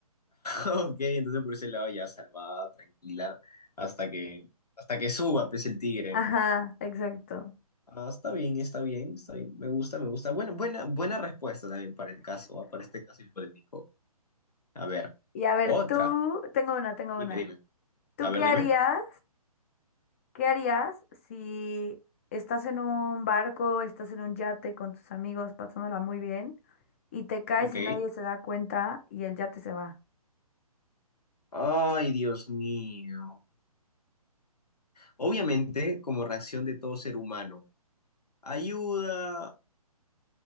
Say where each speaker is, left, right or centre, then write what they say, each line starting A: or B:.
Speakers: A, on the left; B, on the left.
A: Ok, entonces por ese lado ya salvada, tranquila, hasta que, hasta que suba, pues, el tigre,
B: Ajá,
A: ¿no?
B: exacto.
A: Ah, está bien, está bien, está bien, me gusta, me gusta. Bueno, buena, buena respuesta también para el caso, ah, para este caso hipotético. A ver,
B: Y a ver,
A: otra.
B: tú, tengo una, tengo
A: Dime,
B: una.
A: dime.
B: ¿Tú
A: A ver,
B: qué
A: dime.
B: harías? ¿Qué harías si estás en un barco, estás en un yate con tus amigos, pasándola muy bien, y te caes
A: Ok.
B: y nadie se da cuenta y el yate se va?
A: Ay, Dios mío. Obviamente, como reacción de todo ser humano, ayuda,